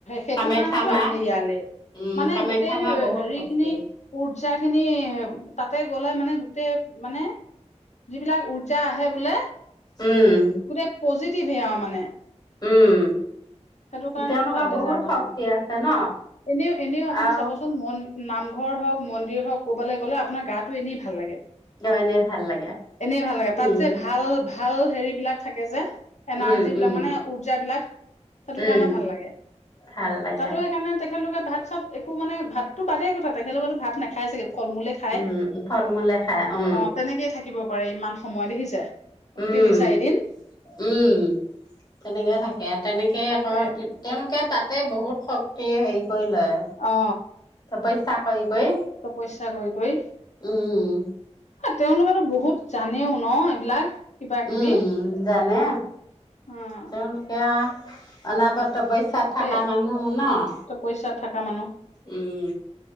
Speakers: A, on the left; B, on the left.
A: সেইটো
B: কামাখ্যা
A: কাৰণেতো
B: মা
A: আহে ইয়ালে।
B: উম
A: মানে
B: কামাখ্যা
A: গোটেই
B: মা বহুত
A: হেৰি
B: শক্তি
A: খিনি উওৰ্জা খিনি তাতে গ'লে মানে গোটেই মানে যিবিলাক উৰ্জা আহে বোলে
B: উম
A: গোটেই পজি পি বেয়া মানে
B: উম
A: সেইটো কাৰণেতটো
B: তেওঁলোকৰ
A: তালৈ
B: বহুত
A: যায় মানুহে
B: শক্তি আছে ন
A: এনেও- এনেও আপুনি
B: আৰু
A: চাবচোন মন নামঘৰ হওক মন্দিৰ হওক ক'বাল গ'লে আপোনাৰ গাটো এনেই ভাল লাগে।
B: এনেই ভাল লাগে
A: এনে ভাল লাগে তাত
B: উম
A: যে ভাল -ভাল হেৰিবলাক থাকে থাকে যে। এনাৰ্জী
B: উম
A: বিলাক
B: উম
A: মানে ওৰ্জাাবিলাক সেইটো
B: উম
A: কাৰণে ভাল লাগে
B: ভাল লাগে
A: তাতো সেইকাৰণে তেখেতলোকে ভাত চাত একো মানে ভাতটো বাদেই কথা তেখেত সকলেতো ভাত নাখায় চাগে? ফল মূলে খায়
B: উম', ফল মূলে খায় উম',
A: অ তেনেকেই থাকিব পাৰে ইমান সময় দেখিছে?
B: উম',
A: তিনি চাৰিদিন
B: - উম', তেনেকে থাকে। তেনেকৈ
A: তাকে
B: আকৌ তেওঁলোকে তাতে বহুত শক্তিয়ে হেৰি কৰি লয়,
A: অ
B: তপস্যা কৰি কৰি
A: তপস্যা কৰি -কৰি হ
B: উম
A: ', তেওঁলোকেত বহুত জানেও ন এইবিলাক কিবা কিবি
B: উম', জানে
A: অ
B: তেওঁলোকে আ', অনা বত তপস্যাত
A: তাকে
B: থকা মানুহ ন',
A: তপস্যাত থকা মানুহ
B: উম